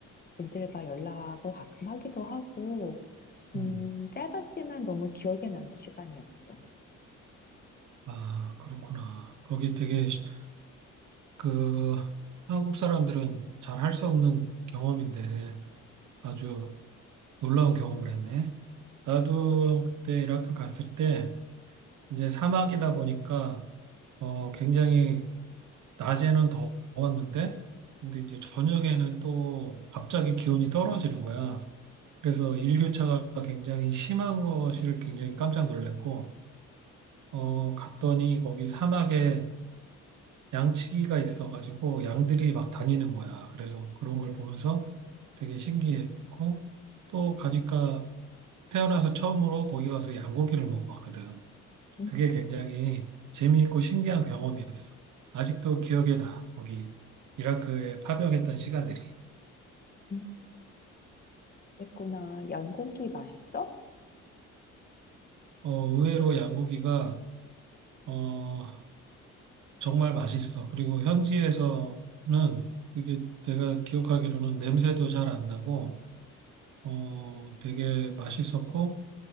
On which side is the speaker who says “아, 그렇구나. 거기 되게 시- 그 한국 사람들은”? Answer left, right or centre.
Right